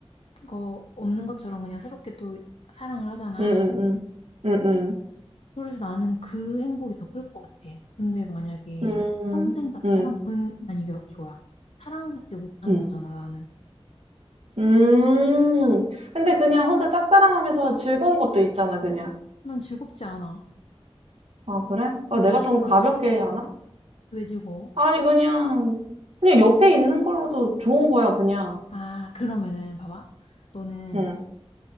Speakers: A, on the left; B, on the right.
A: 그거 없는 것처럼 그냥 새롭게 또 사랑을 하잖아.
B: 응, 응, 응, 응,
A: 그래서 나는 그 행복이 더 클 것 같아. 근데 만약에
B: 응, 응,
A: 평생 딱
B: 응. 응,
A: 사랑, 그건 난 이거, 이거야. 사랑받지 못하는
B: 응.
A: 거잖아, 나는.
B: 음, 근데 그냥 혼자 짝사랑하면서 즐거운 것도 있잖아, 그냥.
A: 난 즐겁지 않아.
B: 아, 그래?
A: 왜,
B: 아, 내가
A: 왜
B: 좀
A: 즐겁지?
B: 가볍게 하나?
A: 왜 즐거워?
B: 아니, 그냥, 그냥 옆에 있는 걸로도 좋은 거야, 그냥.
A: 아, 그러면은, 봐봐. 너는
B: 응,